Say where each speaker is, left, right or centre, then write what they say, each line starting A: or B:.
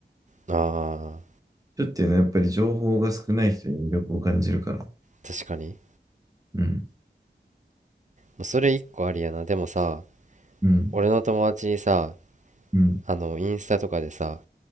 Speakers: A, on the right; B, on the right.
A: あ
B: ちょっていうのはやっぱり情報が少ない人に魅力を感じるから。
A: ー、確かに。
B: うん、
A: まあそれ一個ありやな。でもさ、
B: うん、
A: 俺の友達にさ、
B: うん、
A: あの、インスタとかでさ、